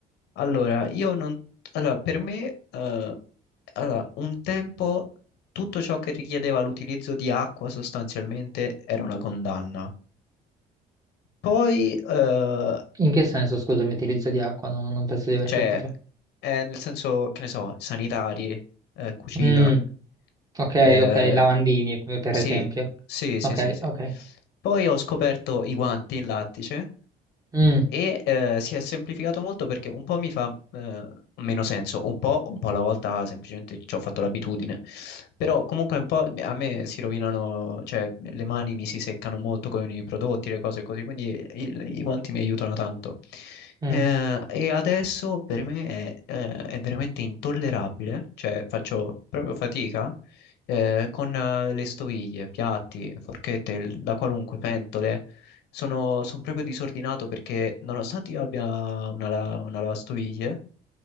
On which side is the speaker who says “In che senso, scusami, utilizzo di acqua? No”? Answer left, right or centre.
Right